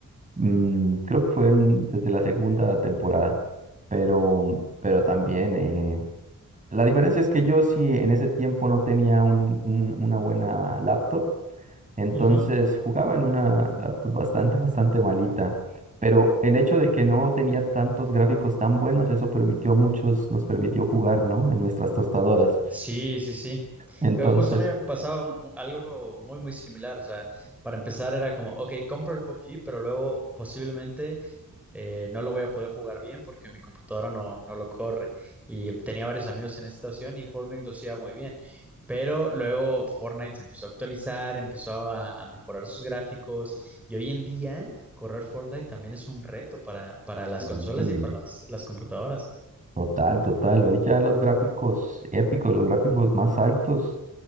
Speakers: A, on the right (about 25°); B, in the centre.
A: Mm, creo que fue en- desde la segunda temporada. Pero, pero también. eh, La diferencia es que yo sí en ese tiempo no tenía un- un- una buena laptop, entonces
B: Ujú.
A: jugaba en una laptop bastante, <laughs> bastante malita. Pero el hecho de que no tenía tantos gráficos tan buenos, eso permitió a muchos, nos permitió jugar, ¿no? En nuestras tostadoras.
B: Sí, sí, sí.
A: Entonces,
B: Eh, Justo a mí me pasaba un- un- algo muy, muy similar. O sea, para empezar era como, ok, compro el P U B G, pero luego posiblemente eh, no lo voy a poder jugar bien porque mi computadora no, no lo corre. Y tenía varios amigos en esa situación y Fortnite lo hacía muy bien. Pero luego Fortnite se empezó a actualizar, empezó a, a mejorar sus gráficos y hoy en día correr Fortnite también es un reto para, para las
A: Mm.
B: consolas
A: sí,
B: y para las, las computadoras.
A: Total, total. Hoy ya los gráficos épicos, los gráficos más altos,